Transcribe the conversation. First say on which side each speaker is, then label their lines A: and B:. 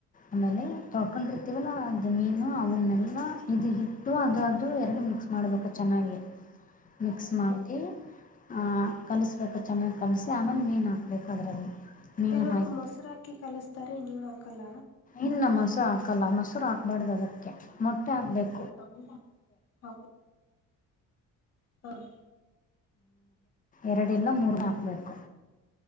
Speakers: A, on the left; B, on the left.
A: ಆಮೇಲೆ ತೊಳ್ಕೊಂಡಿರ್ತವಲ್ಲ ಅದ ಮೀನು ಅವನ್ನೆಲ್ಲ ಇದ ಹಿಟ್ಟು ಅದು ಅದು ಎರಡು ಮಿಕ್ಸ್ ಮಾಡಬೇಕು ಚೆನ್ನಾಗಿ
B: <unintelligible>
A: ಮಿಕ್ಸ್ ಮಾಡಿ ಆ್ ಕಲಿಸ್ಬೇಕು ಚೆನ್ನಾಗಿ್ ಕಲಸಿಸಿ ಆಮೇಲೆ ಮೀನು ಹಾಕ್ಬೇಕು ಅದರಲ್ಲಿ ಮೀನು
B: ಕೆಲವಬ್ರು
A: ಹಾಕಿ
B: ಮೊಸರಾಕಿ ಕಲಸ್ತಾರೆ ನೀವ್ ಹಾಕಲ್ಲ
A: ಇಲ್ಲ ಮೊಸರು ಹಾಕಲ್ಲ ಮೊಸರು ಹಾಕ್ಬಾರ್ದು ಅದಕ್ಕೆ ಮೊಟ್ಟೆ ಹಾಕ್ಬೇಕು
B: ಹೌ ಹೌ ಹ <inaudible>
A: ಎರಡಿಲ್ಲ ಮೂರು ಹಾಕಬೇಕು